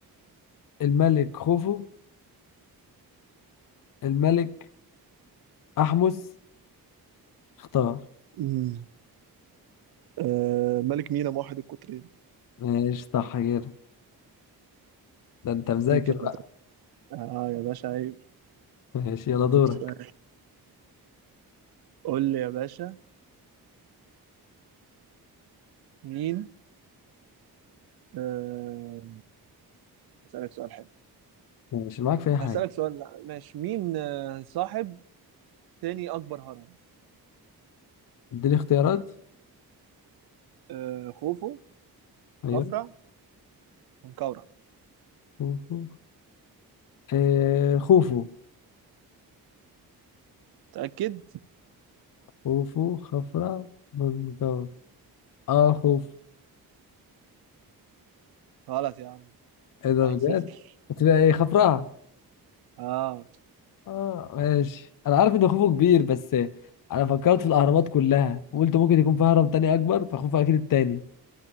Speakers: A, on the left; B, on the right.
A: الملك خوفو الملك احمس اختار
B: مم. آه ملك مينا موحد القطرين
A: ماشي صح كده ده انت
B: اديك
A: مذاكر
B: انا
A: بقى
B: طب. اه يا باشا عيب
A: ماشي يلا
B: اديك
A: دورك
B: سؤال قول لي يا باشا مين آه اسالك سؤال حلو
A: ماشي معاك في اي حاجة
B: هسالك سؤال لا ماشي مين آه صاحب تاني اكبر هرم
A: اديني اختيارات
B: آه خوفو
A: ايوه
B: خفرع منقورع
A: خوفو آه، خوفو
B: متاكد
A: خوفو خفرع منقار اه خوف
B: غلط يا عم
A: ايه ده
B: واحد
A: بجد
B: صفر
A: هتبقى ايه خفرع
B: اه
A: اه ماشي انا عارف ان خوفو كبير بس انا فكرت في الاهرامات كلها وقلت ممكن يكون في هرم تاني اكبر فخوفو اكيد التاني